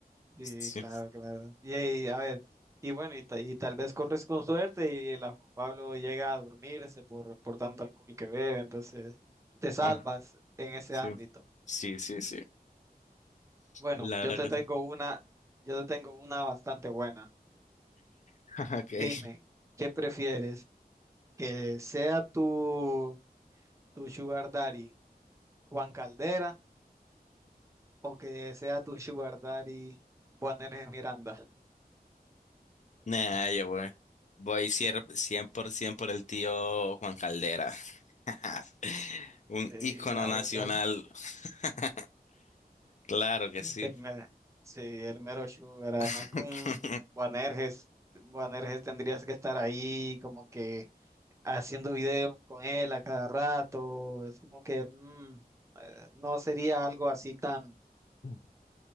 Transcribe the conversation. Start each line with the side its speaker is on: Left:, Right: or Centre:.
Right: sí,
Left: sí,
Right: claro, claro. Y, ahí, a ver, y bueno, y, ta- y tal vez corres con suerte y la Juan Pablo llega a dormirse por, por tanto alcohol que bebe, entonces te salvas
Left: ah,
Right: en ese
Left: sí,
Right: ámbito.
Left: sí, sí, sí,
Right: Bueno,
Left: la verdad
Right: yo te
Left: que
Right: tengo
Left: sí.
Right: una, yo te tengo una bastante buena.
Left: <laughs> Okay.
Right: Dime, ¿qué prefieres? que sea tu, tu sugar daddy Juan Caldera o que sea tu sugar daddy Juan Hernández Miranda.
Left: Nah, yo voy. Voy cier- 100% por ciento por el tío Juan Caldera. <laughs> Un
Right: Sí,
Left: ícono
Right: claro,
Left: nacional.
Right: claro.
Left: <laughs> Claro que sí.
Right: El mero, sí, el mero sugar. Además
Left: <laughs>
Right: con Juan Herges, tendrías que estar ahí como que haciendo videos con él a cada rato. Es como que mm, eh, no sería algo así tan
Left: <laughs>